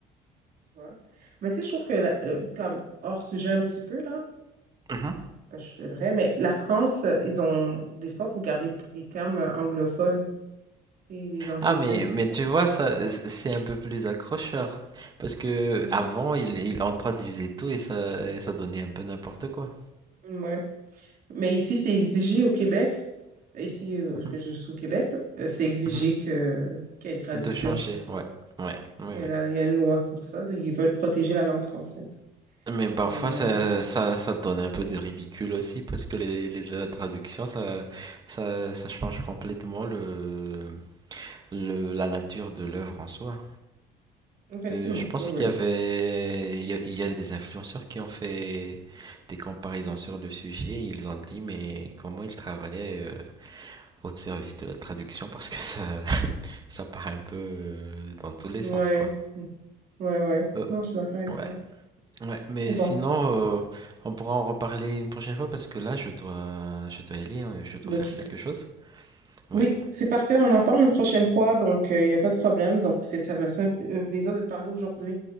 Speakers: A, on the right; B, on the right.
A: Ouais. Mais tu sais, je trouve que, la- euh, comme hors sujet un petit peu, là,
B: Mhm.
A: parce que c'est vrai, mais la France, euh, ils ont, des fois, faut garder p- les termes euh, anglophones, et les anglicismes.
B: Ah mais, mais tu vois ça c- c'est un peu plus accrocheur parce que
A: Mhm.
B: avant il, il introduisait tout et ça et ça donnait un peu n'importe quoi.
A: Ouais. Mais ici, c'est exigé au Québec, ici, euh,
B: Mhm,
A: que je suis au Québec, là, euh, c'est exigé
B: mhm.
A: que, qu'il y ait une traduction.
B: De changer, ouais, ouais, oui,
A: Il y
B: oui.
A: a, la- il y a une loi pour ça, donc ils veulent protéger la langue française.
B: Mais parfois
A: Mais,
B: ça,
A: euh,
B: ça, ça donne un peu de ridicule aussi parce que les, les, la traduction ça, ça, ça change complètement le, le, la nature de l'œuvre en soi.
A: effectivement,
B: Euh, je pense
A: oui, oui.
B: qu'il y avait, il y a, il y a des influenceurs qui ont fait des comparaisons sur le sujet. Ils ont dit, mais comment ils travaillaient euh, au service de la traduction parce que ça, <laughs> ça part un peu euh, dans tous les
A: Ouais,
B: sens, quoi.
A: Mm. ouais, ouais.
B: Euh,
A: Non, je suis d'accord avec
B: ouais,
A: toi.
B: ouais. Mais
A: Mais bon,
B: sinon, euh, on pourra en reparler une prochaine fois parce que là, je dois, je dois y aller, euh, je dois
A: on va
B: faire
A: quitter.
B: quelque chose. Ouais.
A: Oui, c'est parfait. On en parle une prochaine fois,
B: Mm,
A: donc il n'y a pas de problème. Donc, c'est- ça me fait un p- un plaisir de te parler aujourd'hui.